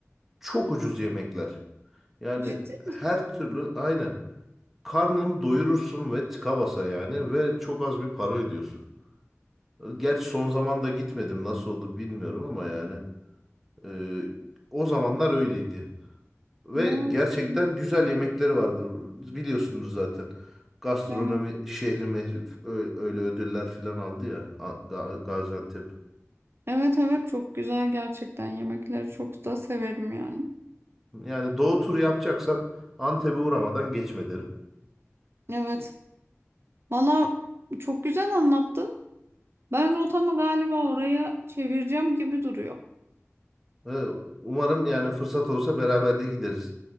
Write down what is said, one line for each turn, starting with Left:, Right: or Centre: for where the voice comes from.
Centre: çok ucuz yemekler. Yani
Right: Ciddi
Centre: her
Right: misin?
Centre: türlü aynı. Karnını doyurursun ve tıka basa yani ve çok az bir para ödüyorsun. Gerçi son zamanda gitmedim nasıl olur bilmiyorum ama yani e, o zamanlar öyleydi. Ve
Right: Ne yapayım?
Centre: gerçekten güzel yemekleri vardır biliyorsunuz zaten. Gastronomi
Right: Evet.
Centre: şehri mehri, ö- öyle ödüller falan aldı ya A- Ga- Gaziantep.
Right: Evet evet çok güzel gerçekten yemekleri çok da severim yani.
Centre: Yani doğu turu yapacaksan Antep'e uğramadan geçme derim.
Right: Evet. Valla çok güzel anlattın. Ben rotamı galiba oraya çevireceğim gibi duruyor.
Centre: Ve umarım yani fırsat olsa beraber de gideriz.